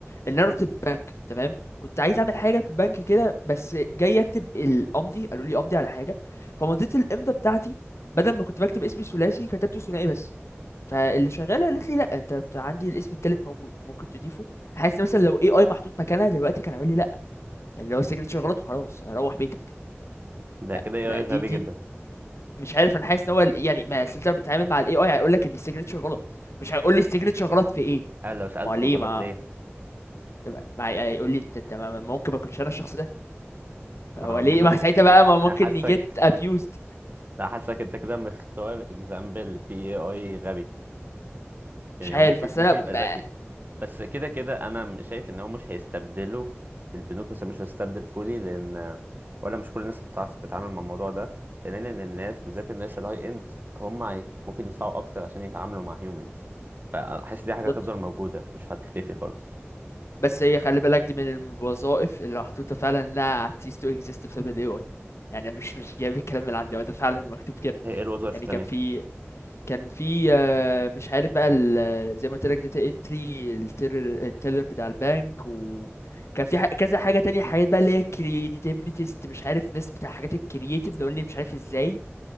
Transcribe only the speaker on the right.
ده
كده اي
اي غبي
جدا
انا لو سالته
غلط
ليه
ما
هو
ميدو
أنت-
انا حاسك
انا حاسك انت كده مختار اكزامبل في اي اي غبي يعني
هو ممكن
ممكن
يبقى
ذكي بس كده كده انا م- شايف ان هو مش هيستبدله البنوك مش هيستبدل فولي لان ولا مش كل الناس هتعرف تتعامل مع الموضوع ده ثانيا ان الناس بالذات الناس الهاي اند هم هي- ممكن يدفعوا اكتر عشان يتعاملوا مع هيومنز فحاسس دي
حاجه هتفضل موجوده مش هتختفي خالص
هي ايه الوظائف
التانية